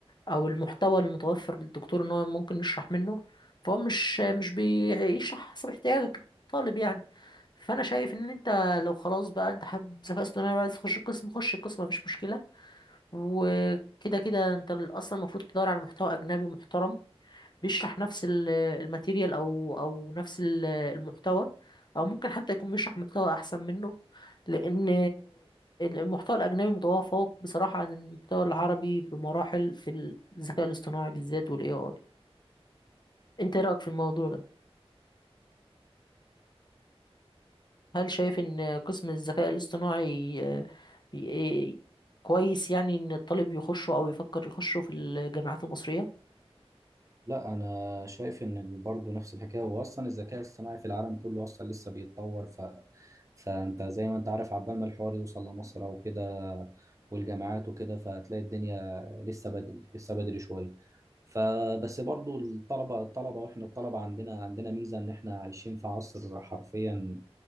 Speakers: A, on the left; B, on the right.
A: او المحتوى المتوفر للدكتور ان هو ممكن يشرح منه فهو مش مش بيشرح حسب احتياجك الطالب يعني فانا شايف ان انت لو خلاص بقى انت حابب ذكاء اصطناعي وعايز تخش القسم خش القسم مفيش مشكله وكده كده انت اصلا المفروض تدور على محتوى اجنبي محترم بيشرح نفس ال- الماتيريال او او نفس ال- المحتوى او ممكن حتى يكون بيشرح محتوى احسن منه لان المحتوى الاجنبي متفوق بصراحه عن المحتوى العربي بمراحل في الذكاء الاصطناعي بالذات والاي اي انت إيه رايك في الموضوع ده هل شايف ان قسم الذكاء الاصطناعي آه، بي- إيه، كويس يعني ان الطالب يخشه او يفكر يخشه في الجامعات المصريه
B: لا انا شايف ان برضه نفس الحكايه هو اصلا الذكاء الصناعي في العالم كله اصلا لسه بيتطور ف... فانت زي ما انت عارف عبال ما الحوار يوصل لمصر او كده والجامعات وكده فهتلاقي الدنيا لسه بدري لسه بدري شويه فبس برضو الطلبة الطلبة واحنا الطلبة عندنا عندنا ميزة ان احنا عايشين في عصر حرفيا